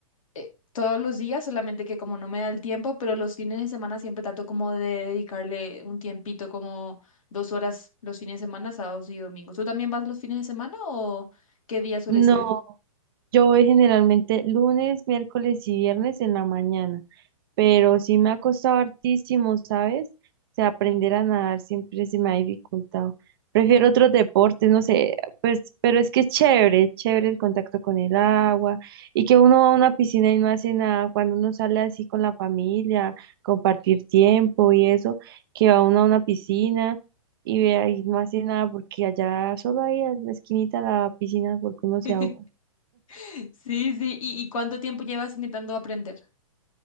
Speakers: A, on the left; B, on the right.
A: eh, todos los días, solamente que como no me da el tiempo, pero los fines de semana siempre trato como de dedicarle un tiempito, como dos horas los fines de semana, sábados y domingos. ¿Tú también vas los fines de semana o qué día sueles
B: No,
A: ir?
B: yo voy generalmente lunes, miércoles y viernes en la mañana. pero sí me ha costado hartísimo, ¿sabes? O sea, aprender a nadar siempre se me ha dificultado. Prefiero otros deportes, no sé, pues, pero es que es chévere, chévere el contacto con el agua y que uno va a una piscina y no hace nada, cuando uno sale así con la familia, compartir tiempo y eso, que va uno a una piscina y ve ahí no hace nada porque allá solo ahí en la esquinita de la piscina porque uno se
A: <laughs>
B: ahoga.
A: Sí, sí, ¿y, y cuánto tiempo llevas intentando aprender?